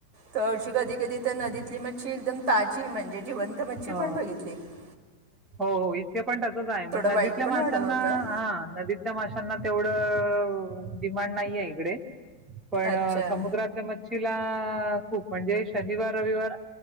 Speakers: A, on the right; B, on the right.
A: तर अशी कधी कधी तर नदीतली मच्छी एकदम ताजी म्हणजे जिवंत मच्छी
B: हो
A: पण बघितली आहे.
B: हो हो इथे पण तसच आहे नदीतल्या
A: वाईट पण
B: माशांना
A: वाढत होतं
B: हां नदीत त्या माशांना तेवढं डिमांड नाहीये इकडे पण
A: अच्छा
B: समुद्रात त्या मच्छीला खूप म्हणजे शनिवार, रविवार